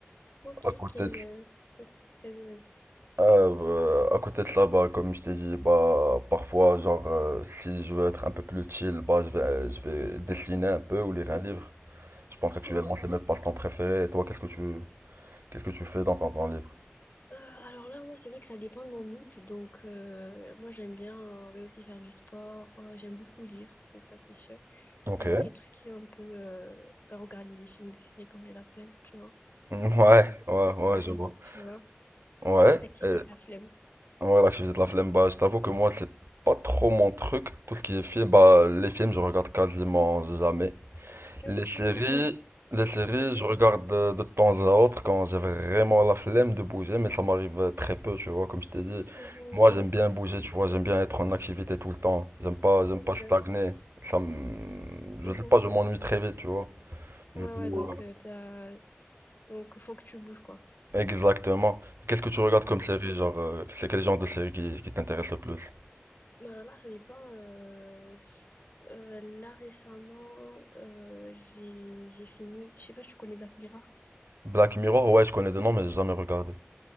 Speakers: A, on the left; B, on the right.
A: Ok,
B: À côté
A: quel...
B: de
A: euh, ok, Vas-y, vas-y.
B: Euh, bah, à côté de ça, bah, comme je t'ai dit, bah, parfois, genre, euh, si je veux être un peu plus chill, bah, je vais, je vais dessiner un peu ou lire un livre. Je pense qu'actuellement,
A: Mhm.
B: c'est mes passe-temps préférés. Et toi, qu'est-ce que tu, qu'est-ce que tu fais dans ton temps libre?
A: Euh, alors là, moi, c'est vrai que ça dépend de mon mood. Donc, euh, moi, j'aime bien euh, ouais, aussi faire du sport. euh, j'aime beaucoup lire, donc ça, c'est sûr.
B: Ok.
A: Et après,
B: <laughs>
A: tout ce qui est un peu... euh, bah, regarder des films, des séries quand j'ai la flemme, tu vois.
B: Mm, Ouais, ouais, ouais,
A: Ouais,
B: je vois.
A: tu vois.
B: Ouais,
A: L'activité
B: et,
A: de la flemme.
B: ouais, l'activité de la flemme, bah, je t'avoue que moi, c'est pas trop mon truc. Tout ce qui est film, bah, les films, je regarde quasiment jamais.
A: Ok,
B: Les séries,
A: d'accord.
B: les séries,
A: Ouais.
B: je regarde euh, de temps à autre quand j'ai vraiment la flemme de bouger, mais ça m'arrive euh, très peu, tu vois, comme je t'ai dit.
A: Mhm.
B: Moi, j'aime bien bouger, tu vois, j'aime bien être en activité tout le temps. J'aime pas, j'aime
A: Ouais,
B: pas stagner.
A: ouais,
B: Ça me- Je
A: Mhm.
B: sais pas, je m'ennuie très vite, tu vois.
A: Ouais,
B: Du coup,
A: ouais, donc
B: euh,
A: euh, t'as... donc faut que tu bouges quoi.
B: exactement. Qu'est-ce que tu regardes comme
A: D-
B: série, genre, euh, c'est quel genre de série qui, qui t'intéresse le plus?
A: Bah alors là, ça dépend. euh, euh, là récemment, euh, j'ai j'ai fini. Je sais pas si tu connais Black Mirror.
B: Black Mirror, ouais, je connais des noms, mais j'ai jamais regardé.